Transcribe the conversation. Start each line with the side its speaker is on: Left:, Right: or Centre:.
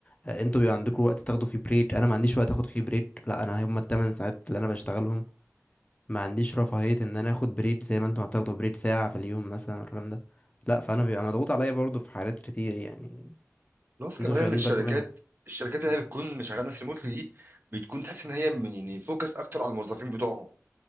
Left: آه، انتوا بيبقى عندكم وقت تاخدوا فيه بريك انا ما عنديش وقت اخد فيه بريك لا انا هما التمن ساعات اللي انا بشتغلهم ما عنديش رفاهية ان انا اخد بريك زي ما انتوا هتاخدوا بريك ساعة في اليوم مثلا الكلام ده لا فانا بيبقى مضغوط عليا برضه في حالات كتير يعني
Right: بلس كمان
Left: انتوا مش
Right: ان
Left: واخدين
Right: الشركات
Left: بالكم منها
Right: الشركات اللي هي بتكون شغاله ناس ريموتلي دي بتكون تحس ان هي من يعني فوكس اكتر على الموظفين بتوعهم